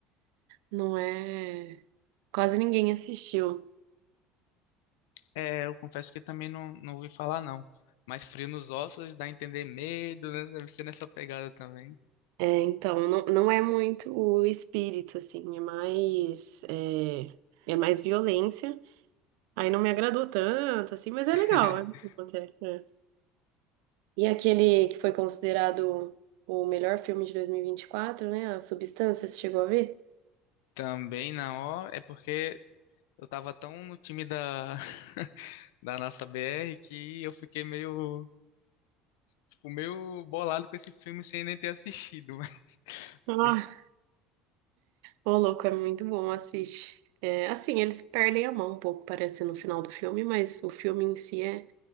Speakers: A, on the right; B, on the left.
A: Não é. Quase ninguém assistiu.
B: É, eu confesso que também não, não ouvi falar, não. Mas frio nos ossos dá a entender medo, né? Deve ser nessa pegada também.
A: É, então, não, não é muito o espírito, assim, é mais, é, é mais violência. Aí não me agradou tanto, assim, mas é
B: <laughs>
A: legal. É, bom até, é. E aquele que foi considerado o melhor filme de dois mil e e vinte e quatro né? A Substância, você chegou a ver?
B: Também não, ó. É porque eu tava tão no time da, <laughs> da nossa BR que eu fiquei meio, tipo, meio bolado com esse filme sem nem ter assistido. <laughs> Mas
A: Ah,
B: você
A: ô louco, é muito bom, assiste. É, assim, eles perdem a mão um pouco, parece, no final do filme, mas o filme em si é,